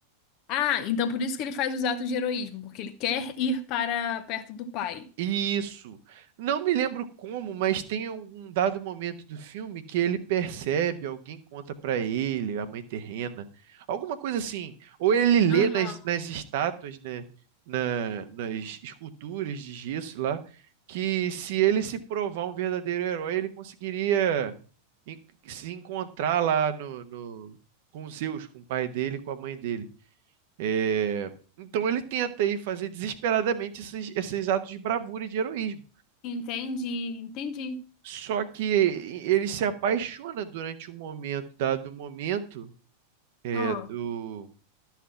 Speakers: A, on the left; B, on the right.
A: Ah, então por isso que ele faz os atos de heroísmo, porque ele quer ir para perto do pai.
B: Isso. Não me lembro como, mas tem um dado momento do filme que ele percebe, alguém conta pra ele, a mãe terrena, alguma coisa assim. Ou ele lê
A: Aham,
B: nas, nas estátuas, né, na- nas esculturas de gesso lá, que se ele se provar um verdadeiro herói, ele conseguiria en- se encontrar lá no, no- com Zeus, com o pai dele, e com a mãe dele. É, Então ele tenta aí fazer desesperadamente esses, esses atos de bravura e de heroísmo.
A: Entendi, entendi.
B: Só que ele se apaixona durante o momento, dado o momento é,
A: Ó,
B: do,